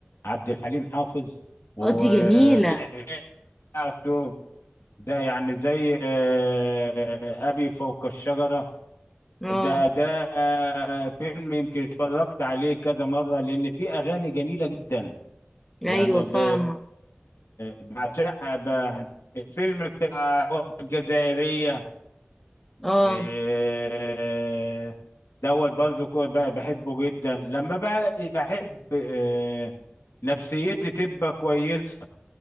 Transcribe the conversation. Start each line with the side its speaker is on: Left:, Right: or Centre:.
Left: عبد الحليم حافظ والاغاني
Centre: اه دي جميله
Left: بتاعته ده يعني زي آه، ابي فوق الشجره
Centre: اه
Left: ده ده آه، فيلم يمكن اتفرجت عليه كذا مره لان فيه اغاني جميله جدا
Centre: ايوه
Left: يعني
Centre: فاهمه
Left: ب... بعشقها ب... الفيلم بتاع الوردة الجزائرية
Centre: اه
Left: إيه، دوت برضو كو- ب- بحبه جدا لما بقى بحب إيه، نفسيتي تبقى كويسة